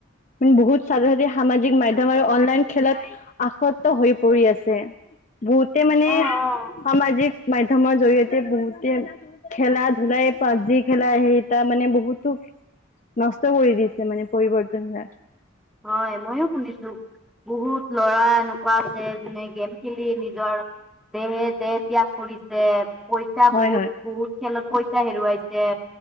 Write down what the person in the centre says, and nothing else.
অ', অ',
হয় মইো শুনিছো বহুত লৰা এনেক কোৱাছে যেনে গেম খেলি নিজৰ দেহে দেহ ত্যাগ কৰিছে। পইচা
বহুত
বহুত খেলত পইচা হেৰুৱাইছে